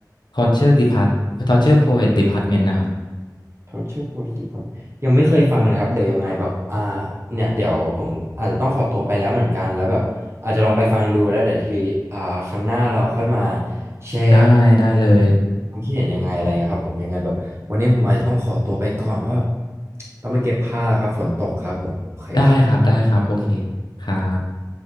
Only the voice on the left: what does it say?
Torture Depart Torture Poet Department นะครับ
ได้ได้เลย
ได้ครับได้ครับโอเคครับ